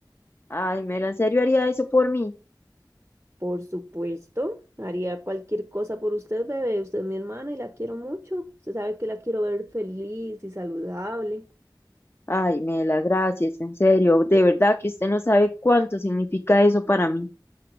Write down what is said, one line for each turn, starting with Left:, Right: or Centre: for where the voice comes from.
Left: Ay, Mela, ¿en serio haría eso por mí?
Right: Por supuesto, haría cualquier cosa por usted, bebé. Usted es mi hermana y la quiero mucho. Usted sabe que la quiero ver feliz y saludable.
Left: Ay, Mela, gracias, en serio. De verdad que usted no sabe cuánto significa eso para mí.